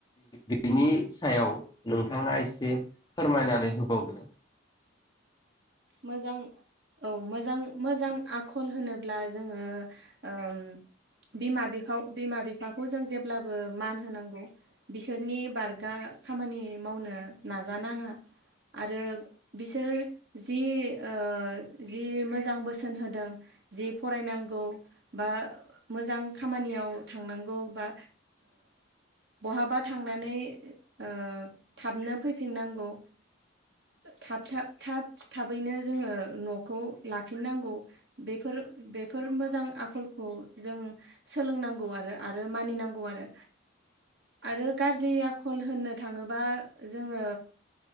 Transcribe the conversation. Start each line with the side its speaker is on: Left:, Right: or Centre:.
Left: बेनि सायाव नोंथाङा एसे फोरमायनानै होबावदो
Right: मोजां औ मोजां मोजां आखल होनोब्ला जोंङो ओ बिमा बिफा बिमा बिफाखौ जों जेब्लाबो मान होनांगौ बिसोरनि बारगा खामानि मावनो नाजा नाङा आरो बिसोरो जि ओ जि मोजां बोसोन होदों जि फरायनांगौ बा मोजां खामानियाव थांनांगौ बा बहाबा थांनानै ओ थाबनो फैफिननांगौ थाब थ थाब थाबैनो जोंङो न'खौ लाफिननांगौ बेफोर बेफोर मोजां आखल खौ जों सोलोंनांगौ आरो आरो मानिनांगौ आरो आरो गाज्रि आखल होननो थांङोबा जोंङो